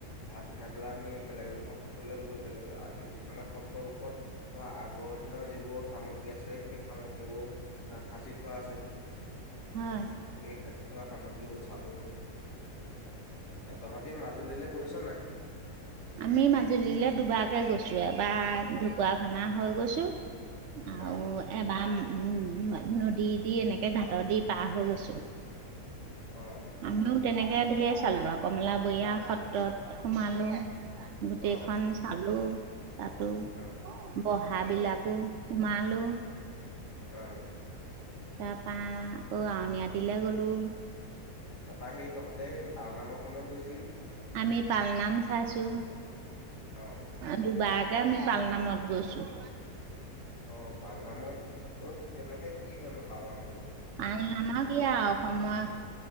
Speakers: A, on the left (about 80°); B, on the right (about 65°).
A: ভাত খাই পেলাই আমি বেলেগ এখন সত্ৰলৈ গ'লোঁ বেলেগ আজি মানে সত্ৰবুকত ও আগত যিবোৰ সামগ্ৰী আছিল সেই সামগ্ৰীবোৰ অ সাচি থোৱা আছে
B: হয়
A: এই সাচি থোৱা সামগ্ৰীবোৰ চালোঁ তহঁতি মাজুলীলৈ গৈছ নাই
B: আমি মাজুলীলৈ দুবাকে গৈছো এবাৰ ঢকুৱাখানা হৈ গৈছো আৰু
A: অ
B: এবাম উম নদী দি এনেকে ঘাটৰ দি পাৰ হৈ গৈছো
A: অ
B: আমিও
A: অ
B: তেনেকে ধেৰ চালো আৰু কমলা বয়া সত্ৰত সোমালোঁ গোটেইখন
A: অ অ
B: চালো তাতো
A: অ
B: বহা বিলাকো সোমাল হেল্ল'
A: আহ
B: তাৰপা আকৌ আউনীআতিলে গলো
A: তাৰপৰা সেই তহঁতে সেই পালনামৰ সময়ত গৈ
B: আমি পালনাম চাইছো
A: অ
B: দুবাৰকে আমি পালনামত গৈছোঁ
A: অ পালনামত ত কেনেকে কি হয়নো পালনাম
B: পালনামা কি আৱ সময়